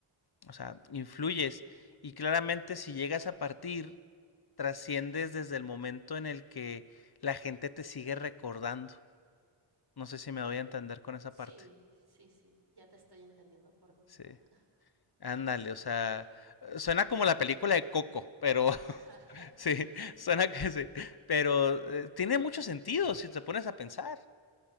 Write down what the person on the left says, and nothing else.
O sea, influyes. Y claramente si llegas a partir, trasciendes desde el momento en el que la gente te sigue recordando. No sé si me voy a entender con esa
parte.
Sí.
Ándale,
o sea, suena como la película de Coco, pero <laughs>
sí,
suena
que sí. Pero eh, tiene mucho sentido si te pones a pensar.